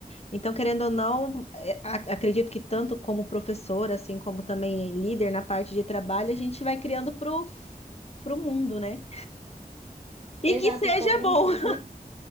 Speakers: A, on the left; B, on the right.
A: Então, querendo ou não, é, a- acredito que tanto como professor, assim como também líder na parte de trabalho, a gente vai criando pro, pro mundo, né? E
B: Exato,
A: que seja
B: e como em
A: bom.
B: tudo.
A: <laughs>